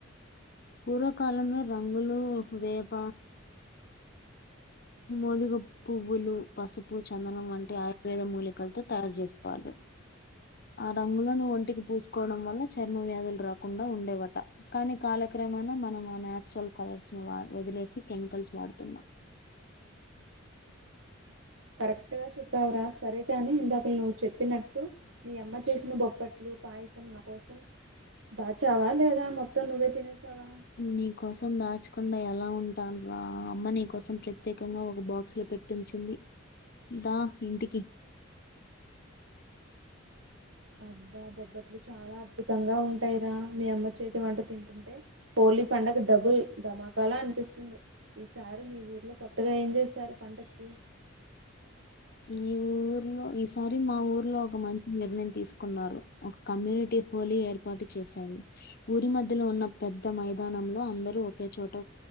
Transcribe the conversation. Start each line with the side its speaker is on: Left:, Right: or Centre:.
Left: పూర్వకాలంలో రంగులు వేప మోదుగం పువ్వులు, పసుపు, చందనం వంటి ఆయుర్వేద మూలికలతో తయారు చేసుకోవాలి ఆ రంగులను ఒంటికి పూసుకోవడం వల్ల చర్మ వ్యాధులు రాకుండా ఉండేవట కానీ కాలక్రమన మనం ఆ నాచురల్ కలర్స్ ని వ వదిలేసి కెమికల్స్ వాడుతున్నాం
Right: కరెక్ట్ గా చెప్పావ్ రా సరేగాని ఇందకల్ నువ్వు చెప్పినట్టు మీ అమ్మ చేసిన బొప్పట్లు పాయసం నా కోసం దాచావా లేదా మొత్తం నువ్వే తినేసావా
Left: నీ కోసం దాచకుండా ఎలా ఉంటాన్ రా అమ్మ నీకోసం ప్రత్యేకంగా ఒక బాక్స్ లో పెట్ ట్టించింది దా ఇంటికి
Right: అబ్బా బొబ్బట్లు చాలా అద్భుతంగా ఉంటాయిరా మీ అమ్మ చేతి వంట తింటుంటే హోలీ పండగకు డబ్బుల్ ధమాకాల అనిపిస్తుంది ఈసారి మీ ఊర్లో కొత్తగా ఏం చేస్తారు పండక్కి
Left: ఈ ఊర్లో ఈసారి మా ఊర్లో ఒక మంచి నిర్ణయం తీసుకున్నారు ఒక కమ్యూనిటీ హోలి ఏర్పాటు చేశారు ఊరి మధ్యలో ఉన్న పెద్ద మైదానంలో అందరూ ఒకే చోట